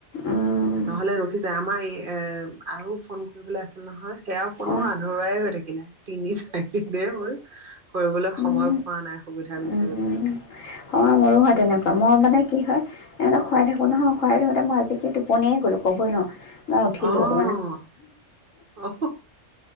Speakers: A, on the left; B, on the right.
A: উম
B: নহলে ৰখি যায়, আমাৰ এই এ আৰু ফোন কৰিবলে আছিল নহয়। সেয়া ফোনো
A: অ
B: আধৰুৱাই হৈ থাকিলে। তিনি চাৰিদিনে হ'ল, কৰিবলৈ
A: উম
B: সময় পোৱা নাই। সুবিধা বিচাৰি
A: উম,
B: পোৱা নাই
A: অ মোৰো হয়
B: তাকে
A: তেনেকুৱা। মই মানে কি হয় এঁহতক শুৱাই থাকো নহয় শুৰাই থাকোতে মই আজি কি টোপনিয়ে গলো কবই নোৱাৰ মই উঠিলো
B: অ',
A: এওক
B: অ',